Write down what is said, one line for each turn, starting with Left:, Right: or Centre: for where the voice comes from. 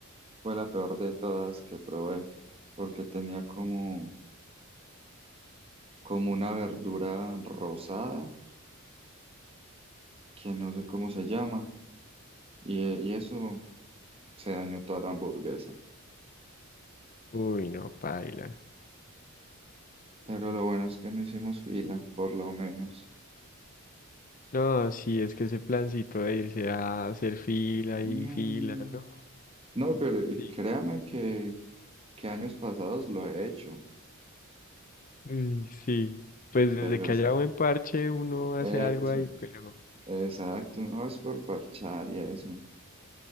Right: Fue la peor de todas que probé, porque tenía como, como una verdura rosada, que no sé cómo se llama, y, y eso se dañó toda la hamburguesa.
Left: Uy, no, paila.
Right: Pero lo bueno es que no hicimos fila, por lo menos.
Left: No, sí, es que ese plancito de irse a hacer fila
Right: No,
Left: y fila, no.
Right: no, pero
Left: Sí.
Right: créame que, que años pasados lo he hecho,
Left: Uy, sí. Pues desde
Right: pero
Left: que
Right: es-
Left: haya buen parche, uno hace
Right: eso.
Left: algo ahí, pero.
Right: Exacto, no es por parchar y eso,